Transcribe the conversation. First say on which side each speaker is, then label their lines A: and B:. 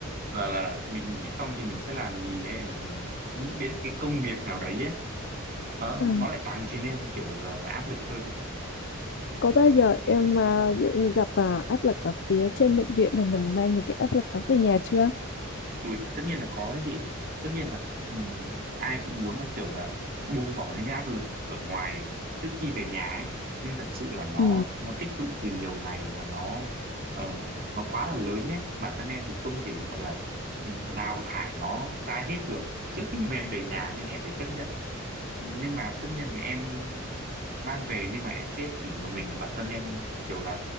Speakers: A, on the right; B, on the left.
A: <laughs> là là mình nghỉ xong thì mình sẽ làm gì hay là mình nghĩ đến cái công việc nào đấy ấy, nó
B: À,
A: nó lại càng khiến em kiểu là áp lực hơn
B: Có bao giờ em à, ví dụ như gặp à, áp lực ở phía trên bệnh viện rồi mình mang những cái áp lực đó về nhà chưa?
A: Ui, tất nhiên là có đấy chị tất nhiên là ừ, ai cũng muốn là kiểu là buông bỏ những cái áp lực ở ngoài trước khi về nhà ấy nhưng thật sự là nó
B: ừ.
A: nó tích tụ từ nhiều ngày và nó ờ, nó quá là lớn đấy bản thân em thì không thể gọi là ừ, đào thải nó ra hết được trước khi mà em về nhà nên em phải chấp nhận nhưng mà tất nhiên thì em mang về nhưng mà sẽ chỉ một mình bản thân em kiểu là